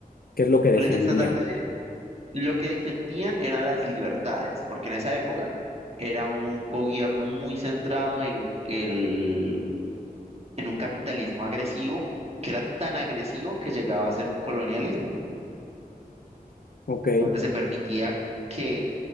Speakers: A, on the left; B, on the right.
A: qué es lo que defendían.
B: El estandarte, de- lo que defendían eran las libertades, porque en esa época era un gobierno muy centrado en el, en un capitalismo agresivo, que era tan agresivo que llegaba a ser un colonialismo,
A: Ok.
B: donde se permitía que